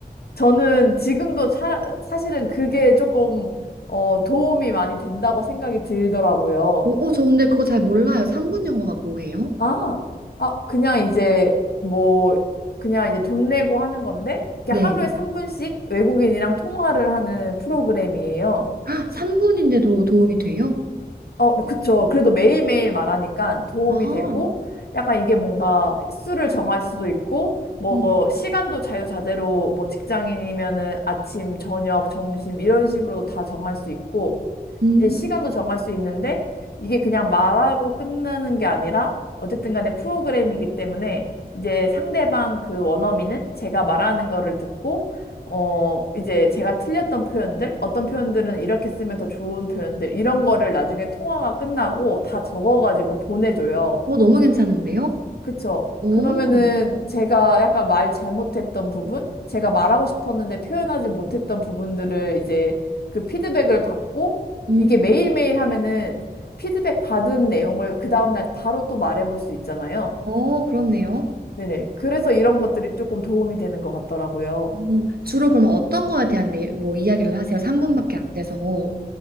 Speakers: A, on the left; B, on the right.
A: 저는 지금도 차, 사실은 그게 조금 어, 도움이 많이 된다고 생각이 들더라고요.
B: 오, 어, 저 근데 그거 잘 몰라요. 3분 영어가 뭐예요?
A: 아, 아, 그냥 이제 뭐, 그냥 이제 돈 내고 하는 건데, 이게
B: 네.
A: 하루에 3분씩 외국인이랑 통화를 하는 프로그램이에요.
B: 아, 3분인데도 도움이 돼요?
A: 어, 그쵸. 그래도 매일매일 말하니까 도움이
B: 아.
A: 되고, 약간 이게 뭔가 횟수를 정할 수도 있고, 뭐,
B: 음.
A: 시간도 자유자재로 뭐 직장인이면은 아침, 저녁, 점심 이런 식으로도 다 정할 수 있고,
B: 음.
A: 이제 시간도 정할 수 있는데 이게 그냥 말하고 끝나는 게 아니라 어쨌든 간에 프로그램이기 때문에 이제 상대방 그 원어민은 제가 말하는 거를 듣고 어 이제 제가 틀렸던 표현들 어떤 표현들은 이렇게 쓰면 더 좋은 표현들 이런 거를 나중에 통화가 끝나고 다 적어가지고 보내줘요.
B: 어, 너무 괜찮은데요?
A: 그쵸.
B: 오.
A: 그러면은 제가 약간 말 잘못했던 부분, 제가 말하고
B: 네.
A: 싶었는데 표현하지 못했던 부분들을 이제 그 피드백을 받고
B: 음.
A: 이게 매일매일 하면은 피드백 받은 내용을 그 다음날 바로 또 말해볼 수 있잖아요.
B: 어, 그렇네요.
A: 네네. 그래서 이런 것들이 조금 도움이 되는 것 같더라고요.
B: 뭐, 주로 그러면 어떤 거에 대한 내, 뭐 이야기를 하세요? 3분밖에 안 돼서.